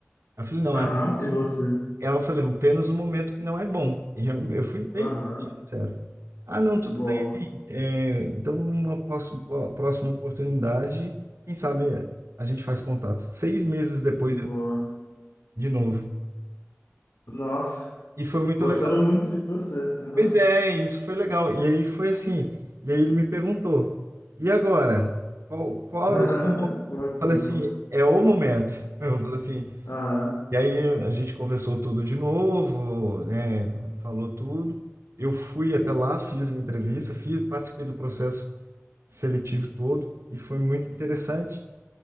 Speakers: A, on the right; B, on the left.
A: Eu falei, não,
B: Aham,
A: é,
B: e você?
A: ela falou apenas um momento que não é bom. E eu, eu fui bem
B: Aham.
A: sincero. Ah, não, tudo
B: Boa,
A: bem. É, então, numa próxima, próxima oportunidade, quem sabe é, a gente faz contato. Seis meses depois,
B: boa.
A: de novo.
B: Nossa,
A: E foi muito
B: gostaram
A: legal.
B: muito de você. Aham.
A: Pois é, isso foi legal. E aí foi assim. E aí ele me perguntou: e agora? Qual, qual
B: <laughs> Como
A: é o. Eu
B: é que você
A: falei
B: deu?
A: assim: é o momento. <laughs> Eu falei assim.
B: Ah,
A: E aí a gente conversou tudo de novo, né, falou tudo. Eu fui até lá, fiz a entrevista, fiz, participei do processo seletivo todo. E foi muito interessante,